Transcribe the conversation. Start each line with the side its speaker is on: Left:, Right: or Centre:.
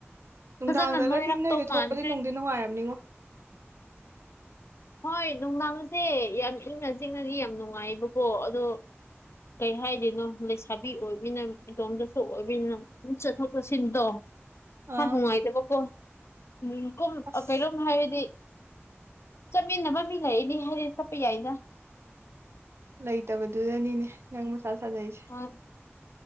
Right: ꯅꯨꯡꯗꯥꯡꯗꯒꯗꯤ
Left: ꯐꯖꯅ ꯅꯣꯏꯔꯛꯇꯧ
Right: ꯅꯣꯏꯗ
Left: ꯃꯥꯟꯈ꯭ꯔꯦ
Right: ꯊꯣꯛꯄꯗꯤ ꯅꯨꯡꯗꯤ ꯅꯨꯡꯉꯥꯏꯔꯝꯅꯤꯉꯣ
Left: ꯍꯣꯏ ꯅꯨꯡꯗꯥꯡꯁꯦ ꯌꯥꯝ ꯏꯪꯅ ꯆꯤꯛꯅꯗꯤ ꯌꯥꯝ ꯅꯨꯡꯉꯥꯏꯌꯦꯕꯀꯣ ꯑꯗꯣ ꯀꯩ ꯍꯥꯏꯔꯤꯅꯣ ꯂꯩꯁꯥꯕꯤ ꯑꯣꯏꯃꯤꯅ ꯏꯇꯣꯝꯗꯁꯨ ꯑꯣꯏꯕꯅꯤꯅ ꯑꯗꯨꯝ ꯆꯠꯊꯣꯛ ꯆꯠꯁꯤꯟꯗꯣ
Right: ꯑꯥ
Left: ꯍꯥ ꯅꯨꯡꯉꯥꯏꯇꯕꯀꯣ ꯎꯝ ꯀꯨꯝ
Right: ꯑꯁ
Left: ꯀꯩꯅꯣꯝ ꯍꯥꯏꯔꯗꯤ ꯆꯠꯃꯤꯟꯅꯕ ꯃꯤ ꯂꯩꯗꯤ ꯍꯥꯏꯗꯤ ꯆꯠꯄ ꯌꯥꯏꯗ
Right: ꯂꯩꯇꯕꯗꯨꯗꯅꯤꯅꯦ ꯅꯪ ꯃꯁꯥ ꯁꯥꯖꯔꯤꯁꯦ
Left: ꯍꯣꯏ